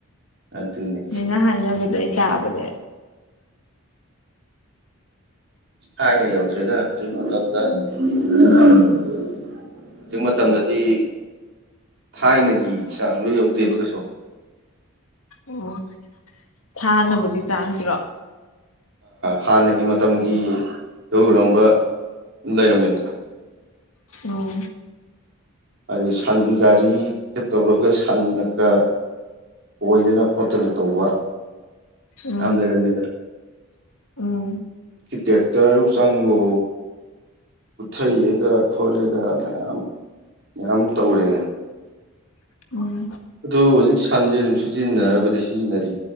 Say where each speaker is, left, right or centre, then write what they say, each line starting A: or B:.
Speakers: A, on the right (about 50°); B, on the left (about 70°).
A: ꯑꯗꯨꯅꯤ
B: ꯑꯩꯅ ꯍꯥꯏꯅꯕꯗꯩ ꯌꯥꯕꯅꯦꯦ
A: ꯊꯥꯏꯅ ꯌꯧꯗ꯭ꯔꯦꯗ ꯍꯧꯖꯤꯛ ꯃꯇꯝꯗ ꯍꯧꯖꯤꯛ ꯃꯇꯝꯗꯗꯤ ꯊꯥꯏꯅꯒꯤ ꯆꯥꯡꯗꯣ ꯌꯧꯗꯦꯕ ꯀꯩꯁꯨ
B: ꯑꯣ ꯊꯥꯅꯕꯒꯤ ꯆꯥꯡꯁꯤꯔꯣ
A: ꯍꯥꯟꯅꯒꯤ ꯃꯇꯝꯒꯤ ꯂꯧꯔꯝꯕ ꯂꯩꯔꯃꯤꯗꯥ
B: ꯑꯣ
A: ꯍꯥꯏꯗꯤ ꯁꯟ ꯒꯥꯔꯤꯒ ꯇꯧꯔꯒ ꯁꯟꯗꯀ ꯑꯣꯏꯗꯅ ꯈꯣꯠꯇꯅ ꯇꯧꯕ
B: ꯎꯝ
A: ꯌꯥꯝ ꯂꯩꯔꯝꯃꯦꯗꯅ
B: ꯎꯝ
A: ꯇꯦꯛꯇꯔ ꯁꯥꯡꯒꯣ ꯄꯨꯊꯩꯑꯒ ꯈꯣꯠꯂꯦꯒ ꯃꯌꯥꯝ ꯃꯌꯥꯝ ꯇꯧꯔꯦ
B: ꯎꯝ
A: ꯑꯗꯨ ꯍꯧꯖꯤꯛ ꯁꯟꯁꯦ ꯑꯗꯨꯝ ꯁꯤꯖꯤꯟꯅꯔꯕꯗꯤ ꯁꯤꯖꯤꯟꯅꯔꯤ